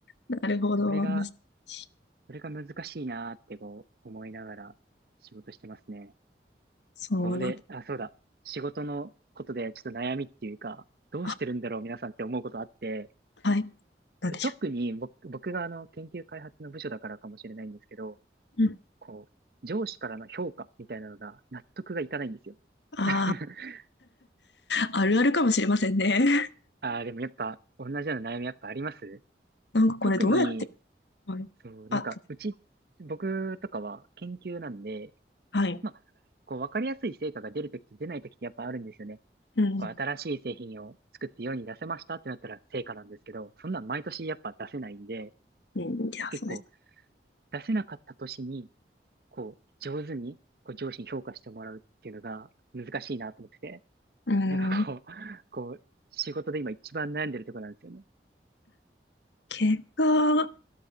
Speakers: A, on the left (about 85°); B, on the right (about 55°).
A: なるほど。
B: それが、
A: 難しい
B: それが難しいなーってこう、思いながら仕事してますね。
A: そうなんだ。
B: こうで、あ、そうだ。仕事のことでちょっと悩みっていうか、どうしてるんだろう皆さんって思うことあって、
A: あ、はい。なんでしょ
B: 特に僕、僕があの研究開発の部署だからかもしれないんですけど、
A: う。うん。
B: こう、上司からの評価みたいなのが納得がいかないんですよ。
A: あ
B: <laughs>
A: あ、あるあるかもしれませんね。
B: ああ、でもやっぱ同じような悩みやっぱあります
A: <laughs> なんかこれどうやって、
B: 特に、
A: はい。
B: そう、なんか、
A: あ、
B: うち、僕とかは研究なんで、
A: はい。
B: まあ、こう、わかりやすい成果が出るときと出ないときってやっぱあるんですよね。
A: うん。
B: こう、新しい製品を作って世に出せましたってなったら成果なんですけど、そんなん毎年やっぱ出せないんで、
A: うん、いや、
B: 結構
A: そうです。
B: 出せなかった年に、こう、上手に、こう、上司に評価してもらうっていうのが難しいなと思ってて。
A: うん。
B: なんかこう、<laughs> こう、仕事で今一番悩んでるところなんですよね。
A: 結果、